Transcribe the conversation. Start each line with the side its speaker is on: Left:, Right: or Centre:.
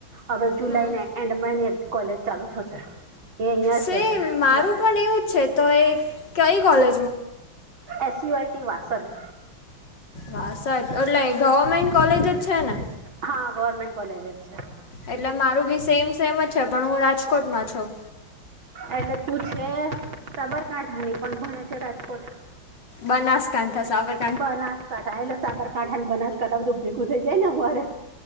Right: હવે જુલાઈના
Left: હમ
Right: એન્ડમાં એની કોલેજ ચાલુ થશે. એ અહિયાં
Left: સેમ
Right: છે. સેમ
Left: મારું પણ એવું છે. તો એ કઈ કોલે
Right: એસયુઆઈટી વાસદ
Left: વાસઠ એટલે ગવર્મેન્ટ કોલેજો જ છે ને?
Right: હા ગવર્મેન્ટ કોલેજ જ છે.
Left: એટલે મારું બી સેમ સેમ જ છે. પણ હું રાજકોટમાં છું.
Right: એટલે તું છે સાબરકાંઠાની પણ ભણે છે રાજકોટ.
Left: બનાસકાંઠા સાવર
Right: બનાસકાંઠા એટલે સાબરકાંઠાને બનાસકાંઠા બધું ભેગું થઈ જાય ને અમારે